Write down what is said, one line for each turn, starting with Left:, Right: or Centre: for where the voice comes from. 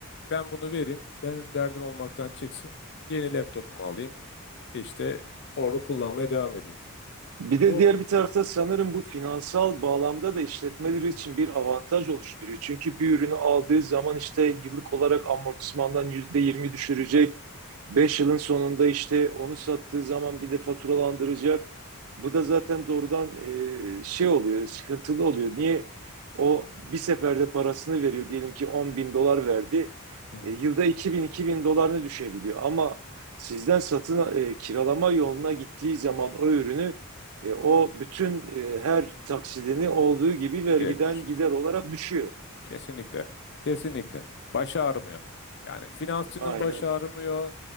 Left: ben bunu vereyim benim derdim olmaktan çıksın yeni laptopumu alayım işte orada kullanmaya devam edeyim.
Right: Bir de
Left: Bu
Right: diğer bir tarafta sanırım bu finansal bağlamda da işletmeleri için bir avantaj oluşturuyor. Çünkü bir ürünü aldığı zaman işte yıllık olarak amortismandan %20 düşürecek. beş yılın sonunda işte onu sattığı zaman bir de faturalandıracak. Bu da zaten doğrudan e, şey oluyor, sıkıntılı oluyor. Niye? O bir seferde parasını veriyor. Diyelim ki 10 bin dolar verdi.
Left: Hı hı.
Right: E, yılda 2000 2000 dolarını düşebiliyor. Ama sizden satın e, kiralama yoluna gittiği zaman o ürünü e, o bütün e, her taksidini olduğu gibi vergiden
Left: direkt düşüyor.
Right: gider olarak düşüyor.
Left: Kesinlikle. Kesinlikle. Baş ağrımıyor. Yani finansçının
Right: Aynen,
Left: başı ağrımıyor.